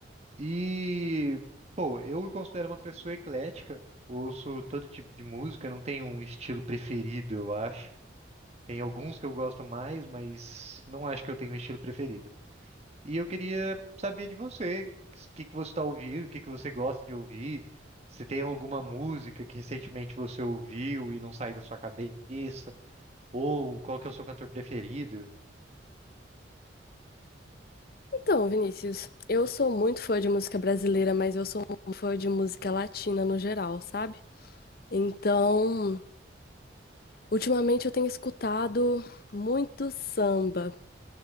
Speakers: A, on the right; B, on the left.
A: E, pô, eu me considero uma pessoa eclética, ouço todo tipo de música, não tenho um estilo preferido, eu acho. Tem alguns que eu gosto mais, mas não acho que eu tenho um estilo preferido. E eu queria saber de você, o que que você está ouvindo, o que que você gosta de ouvir, se tem alguma música que recentemente você ouviu e não saiu da sua cabeça, ou qual que é o seu cantor preferido?
B: Então, Vinícius, eu sou muito fã de música brasileira, mas eu sou um fã de música latina no geral, sabe? Então, ultimamente eu tenho escutado muito samba.